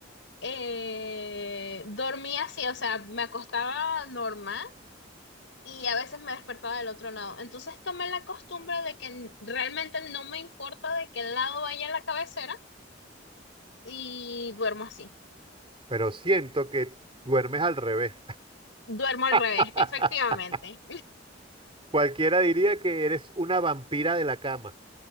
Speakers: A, on the left; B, on the right.
A: eh, dormía así, o sea, me acostaba normal y a veces me despertaba del otro lado. Entonces tomé la costumbre de que realmente no me importa de qué lado vaya la cabecera y duermo así.
B: Pero siento que duermes al revés.
A: Duermo al revés,
B: <laughs>
A: efectivamente.
B: Cualquiera diría que eres una vampira de la cama.